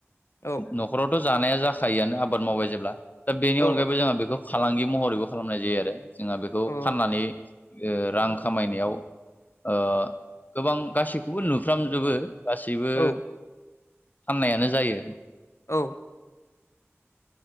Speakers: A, on the left; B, on the left.
A: औ
B: नखरावथ जानाया जाखायोआनो आबाद मावबाय जेब्ला दा बेनि
A: औ
B: अनगायैबो जोंहा बेखौ फालांगि महरैबो खालामनाय जायो आरो जोंहा बेखौ
A: औ
B: फाननानै ओ रां खामायनायाव ओ गोबां गासैखौबो नुफ्रामजोबो। गासैबो
A: औ
B: फाननायानो जायो।
A: औ